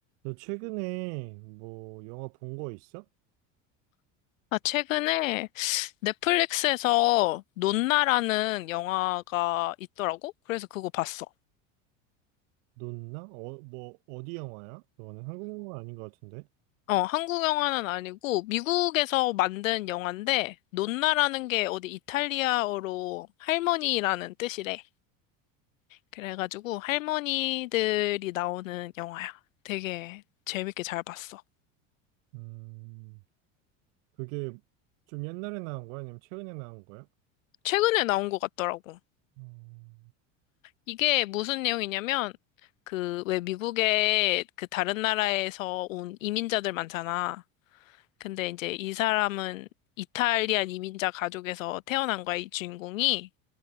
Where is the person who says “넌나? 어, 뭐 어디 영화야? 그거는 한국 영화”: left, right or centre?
Right